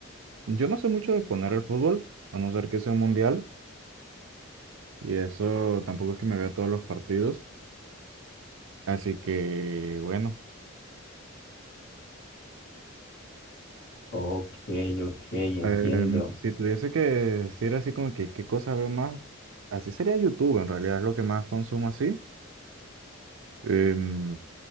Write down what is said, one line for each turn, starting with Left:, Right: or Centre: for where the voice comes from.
Right: Yo no sé mucho de poner el fútbol, a no ser que sea un mundial, y eso tampoco es que me vea todos los partidos. Así que, bueno,
Left: Ok, ok, entiendo.
Right: em, si tuviese que decir así como que qué cosa veo más, así sería YouTube, en realidad es lo que más consumo así. Em,